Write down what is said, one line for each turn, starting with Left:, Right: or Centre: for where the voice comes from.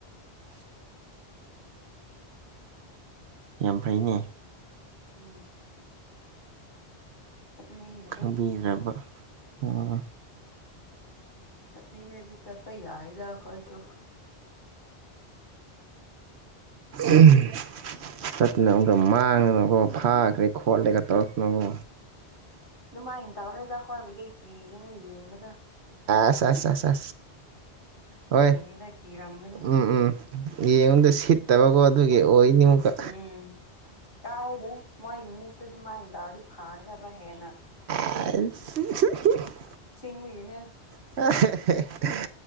Left: <inaudible>
Right: ꯌꯥꯝ ꯐꯩꯅꯦ
Left: ꯎꯝ ꯆꯠꯅꯤꯡꯗꯦ
Right: ꯈꯪꯕꯤꯔꯕ ꯎꯝ ꯫
Left: ꯆꯠꯅꯤꯡꯉꯗꯤ ꯆꯠꯄ ꯌꯥꯏꯌꯦꯗꯥ ꯑꯩꯈꯣꯏꯁꯨ
Right: ꯎꯝ ꯆꯠꯇꯅꯕ ꯑꯃꯨꯛꯀ ꯃꯥꯡꯗꯅꯕꯣ ꯐꯥꯈ꯭ꯔꯦ ꯈꯣꯠꯂꯦꯒ ꯇꯧꯔꯛꯇꯅꯀꯣ
Left: ꯗꯨꯃꯥꯏꯟ ꯇꯧꯔꯦꯗ ꯈꯣꯏꯕꯨꯗꯤ ꯀꯤꯒꯅꯤ ꯌꯦꯡꯕꯗ
Right: ꯑꯁ-ꯑꯁ-ꯑꯁ-ꯑꯁ ꯍꯣꯏ
Left: ꯌꯦꯡꯕꯗ ꯀꯤꯔꯝꯒꯅꯤ
Right: ꯎꯝ-ꯎꯝ ꯌꯦꯡꯕꯗ ꯁꯤꯠꯇꯕꯀꯣ ꯑꯗꯨꯒꯤ ꯑꯣꯏꯅꯤꯃꯨꯛꯀꯥ
Left: ꯎꯝ ꯀꯥꯏꯗꯦ ꯃꯣꯏꯒꯤ ꯃꯤꯠꯇ ꯑꯗꯨꯃꯥꯏ ꯇꯧꯔꯗꯤ ꯐꯒꯗꯕ ꯍꯦꯟꯅ꯫
Right: ꯑꯥꯏꯁ
Left: ꯁꯤꯡꯕꯒꯤꯅꯦ
Right: ꯑ